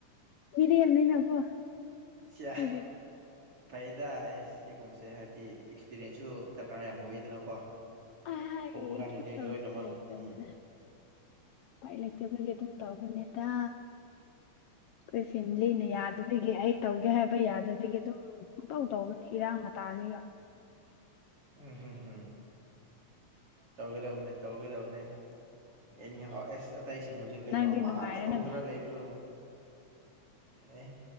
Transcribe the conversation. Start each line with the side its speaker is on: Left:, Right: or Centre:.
Left: ꯃꯤꯔꯦꯝꯅꯤꯅꯀꯣ꯫
Right: ꯁꯤꯑꯥ
Left: ꯑꯗꯨꯒꯤ
Right: ꯐꯩꯗ ꯁꯤꯒꯨꯝꯕꯁꯦ ꯍꯥꯏꯕꯗꯤ ꯑꯦꯛꯁꯄꯤꯔꯤꯌꯦꯟꯁꯁꯨ ꯗꯔꯀꯥꯔ ꯌꯥꯝ ꯑꯣꯏꯗꯅꯀꯣ
Left: ꯑꯩ
Right: ꯍꯧꯕ ꯀꯥꯟꯗꯗꯤ
Left: ꯀꯩꯝ ꯇꯧꯅꯤꯡꯉꯥꯏ
Right: ꯂꯣꯏꯅꯃꯛ
Left: ꯂꯩꯇꯕꯅ
Right: ꯎꯝ
Left: ꯎꯄꯥꯏ ꯂꯩꯇꯕꯒꯤ ꯑꯗꯨꯝ ꯇꯧꯕꯅꯦꯗ ꯈꯣꯏ ꯐꯦꯃꯤꯂꯤꯅ ꯌꯥꯗꯕꯤꯒꯤ ꯑꯩ ꯇꯧꯒꯦ ꯍꯥꯏꯕ ꯌꯥꯗꯕꯤꯒꯤ ꯑꯗꯨꯝ ꯄꯪꯇꯧ ꯇꯧꯕꯅꯤ ꯏꯔꯥꯡ ꯃꯇꯥꯁꯤꯒ
Right: ꯎꯝꯝ ꯎꯝ ꯎꯝ ꯇꯧꯒꯗꯕꯅꯤ ꯇꯧꯒꯗꯕꯅꯤ ꯑꯦꯅꯤꯍꯥꯎ ꯑꯦꯁ ꯑꯇꯩꯁꯤꯡ ꯍꯧꯖꯤꯛ ꯀꯩꯅꯣ
Left: ꯅꯪꯗꯤ
Right: ꯑꯃꯠꯇ
Left: ꯅꯨꯡꯉꯥꯏꯔꯦꯅꯦ
Right: ꯇꯧꯗ꯭ꯔ ꯂꯩꯕꯁꯨ ꯑꯦ